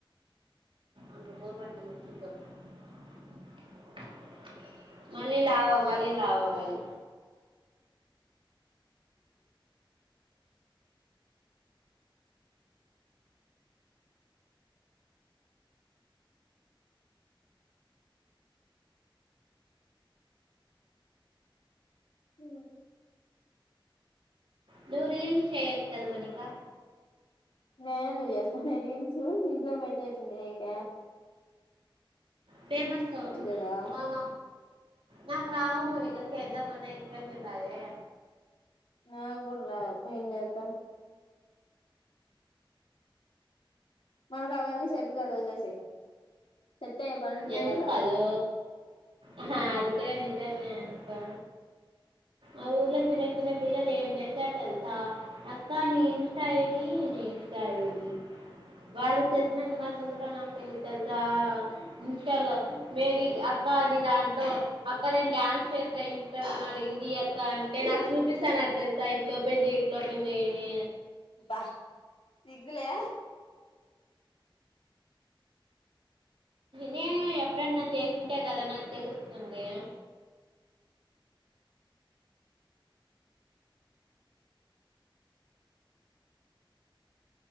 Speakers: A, on the right (about 75°); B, on the left (about 85°).
A: అంత కొవ్వు బట్టిన మనిషిమళ్లీ లావు అవ లావు అవ్వాలి లావు అవ్వాలి
B: హు
A: ననువ్వు రీల్స్ చెయ్యొచ్చు కదా మౌనిక
B: నేనే ఎందుకు చేస్తానే రీల్స్ ఇట్లో మేట్టట్లేలేక
A: ఫేమస్ ఆవు
B: కదా
A: వల్ల నాకు రావు మౌనిక చేద్దామన్న ఎక్స్ప్రెషన్ రాదే
B: నా గూడ రావు మేం చేద్దాం మనకు అవన్నీ సెట్ కాదు వదిలేసేయ్ సెట్ అయ్యే పనులు చేయాలా
A: ఎందుకు కాదు అహ క నిజమే మౌనిక ఆ ఊర్లో చిన్న చిన్న పిల్లలు ఏం చేస్తారు తెలుసా అక్క నీ ఇన్స్టా ఐడి నీ ఇన్స్టా ఐడి వాళ్ళు తెలిసినంత మాత్రం కూడా నాకు తెలుసు తెలుసా ఇన్స్టాలో మేరి అక్క నీ దాంట్లో ఇంట్లో అక్క నేను డ్యాన్స్ చేస్తే ఇంతలో నా రింగియక్క అంటే నాకు చూపిస్తఅని అత్తది సైట్లో ఓపెన్ చేయి ఇట్ల ఓపెన్ చేయి అని
B: బ్బా సిగ్గులే
A: నే ఎప్పుడన్నా చేసుంటే కద నాకు తెలుస్తుంది